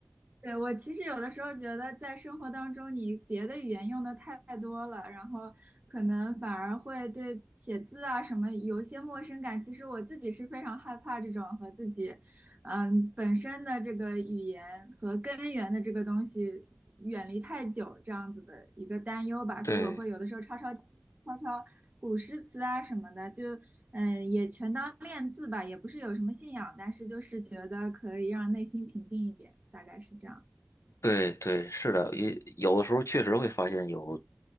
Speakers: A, on the right; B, on the left.
A: 对我其实有的时候觉得在生活当中，你别的语言用的太多了，然后可能反而会对写字啊什么有一些陌生感。其实我自己是非常害怕这种和自己嗯，本身的这个语言和根源的这个东西远离太久，这样子的一个担忧吧，所以我会有的时候抄抄抄
B: 对
A: 抄古诗词啊什么的，就嗯、呃也全当练字吧，也不是有什么信仰，但是就是觉得可以让内心平静一点，大概是这样。
B: 对对，是的，也有的时候确实会发现有